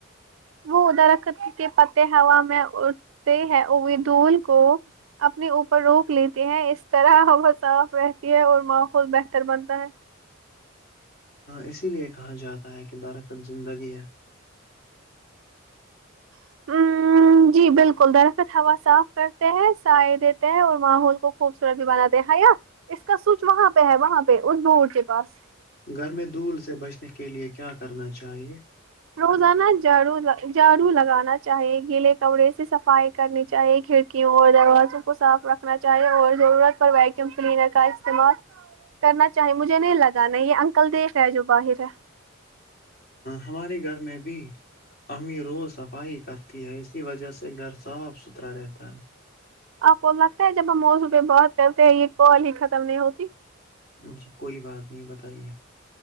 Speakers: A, on the right; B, on the left.
A: وہ درخت کے پتے ہوا میں اٹھتے ہیں ای دول کو اپنے اوپر روک لیتی ہیں اس طرح وہ صاف رہتی ہے اور ماحول بہتر بنتا ہے
B: اسی لیے کہا جاتا ہے کہ درخت زندگی ہے
A: ہ
B: <inaudible>
A: جی بالکل درخت ہوا صاف کرتے ہیں سائے دیتے ہیں اور ماحول کو خوبصورت بھی بناتے ہیں یا اس کا سوچ وہاں پہ ہے وہاں پہ ا بور کے پاس
B: گھر میں دول سے بچنے کے لیے کیا کرنا چاہیے
A: روزانہ جھاڑو جھاڑو لگانا چاہی گیلے کپڑے سے صفائی کرنی چاہیے کھی کی اور دروازوں کو صاف رکھنا چاہیے اور ضرورت پر ویکیوم کلینر کا استعمال کرنا چاہیے مجھے نہیں لگا یہ انکل دیکھ رہا ہے جو باہر ہے
B: ہمارے گھر میں بھی امی روز صفائی کرتی ہے اسی وجہ سے گھر صاف ستھرا رہتا ہے
A: آپ کو لگتا ہے جب ہم موضوع پہ بات کرتے ہیں یہ کال ہی ختم نہیں ہوتی
B: جی کوئی بات نہیں بتائیے